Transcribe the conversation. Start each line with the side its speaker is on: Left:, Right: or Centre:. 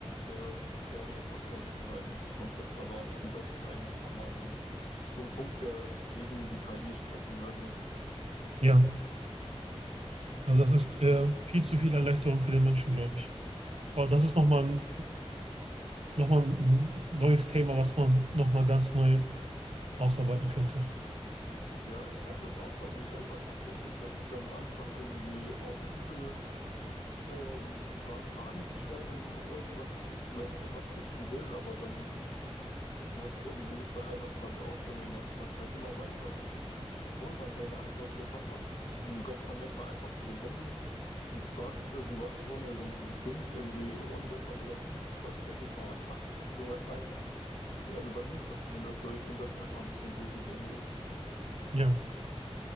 Left: der soziale Faktor sozusagen nicht komplett verloren. Ich finde, das ist eigentlich nochmal so ein, so ein Punkt, der gegen die KI sprechen würde.
Right: Ja, also das ist äh, viel zu viel Erleichterung für den Menschen, glaube ich. Aber das ist nochmal ein, nochmal ein neues Thema, was man nochmal ganz neu ausarbeiten könnte.
Left: Ja, ich merke das auch bei mir selber tatsächlich, dass ich dann anfange, irgendwie auf Google ähm, Fra Fragen zu stellen, um irgendwas wissen, weil ich irgendwas wissen will, aber dann hört es irgendwie nicht bei einer Frage auf, sondern man fragt halt immer weiter und obwohl man seine Antwort bekommen hat, m, greift man manchmal einfach zu dem Handy und fragt irgendwas ohne so einen Sinn irgendwie, ohne dass man sogar ein Ziel verfolgt. Sag ich jetzt mal, man fragt einfach irgendwas rein. Also bei mir ist das zumindest so. Ich finde das manchmal ein bisschen gruselig irgendwie.
Right: Ja,